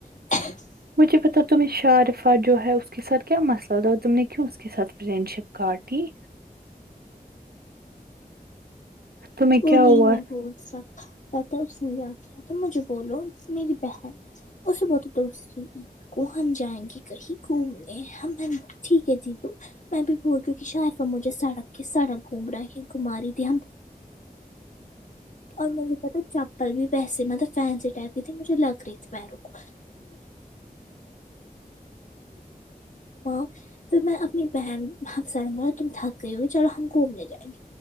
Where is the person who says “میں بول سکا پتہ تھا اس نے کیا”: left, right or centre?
Left